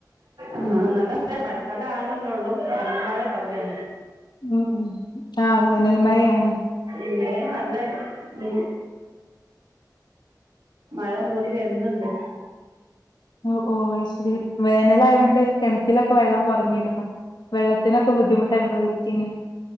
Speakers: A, on the right; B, on the left.
A: ആഹ് നല്ല മഴ മഴക്കാലം ആവാണോല്ലോള്ളൂ വ നല്ല മഴയാവൂലേ
B: മ് മ് ആ അങ്ങനെ വേനൽ മഴയാണ്
A: ഇവിടേം നല്ല മീ മഴ മൂടി വരുന്നുണ്ട്
B: ഓ ഓ അയ്ശരി വേനൽ ആയോണ്ട് കിണറ്റിലൊക്കെ വെള്ളം കുറഞ്ഞിരുന്നു വെള്ളത്തിനൊക്കെ ബുദ്ധിമുട്ട് അനുഭവിച്ചിന്